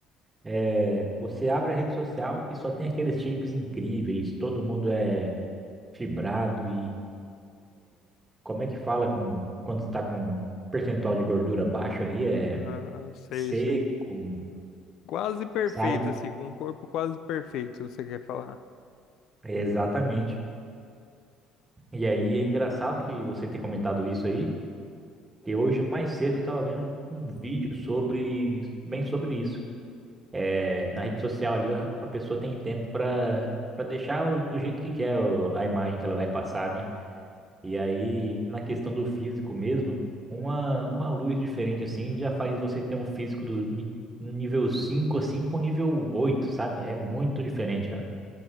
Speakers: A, on the right (about 15°); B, on the left (about 65°).
A: é, você abre a rede social e só tem aqueles shapes incríveis, todo mundo é fibrado Como é que fala com quando está com um percentual de gordura baixo ali? É
B: Ah, sei,
A: seco,
B: sei. Quase perfeito,
A: sabe?
B: assim, com um corpo quase perfeito, você quer falar?
A: É exatamente. E aí é engraçado que você ter comentado isso aí, que hoje mais cedo eu estava vendo um, um vídeo sobre bem sobre isso. É, na rede social ali a, a pessoa tem tempo para para deixar o- do jeito que quer o- a imagem que ela vai passar, né? E aí, na questão do físico mesmo, uma, uma luz diferente assim já faz você ter um físico do ni- um nível 5 assim pro nível oito sabe? É muito diferente, cara.